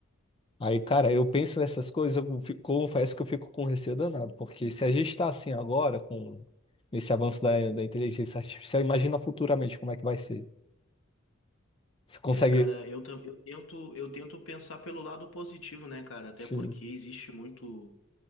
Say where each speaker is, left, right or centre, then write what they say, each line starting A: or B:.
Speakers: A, on the left; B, on the left.
A: Aí, cara, eu penso nessas coisas, eu fico- confesso que eu fico com receio danado, porque se a gente está assim agora, com esse avanço da, da inteligência artificial, imagina futuramente como é que vai ser. Você consegue,
B: É, cara, eu, tam- eu tento, eu tento pensar pelo lado positivo, né, cara? Até
A: sim,
B: porque existe muito,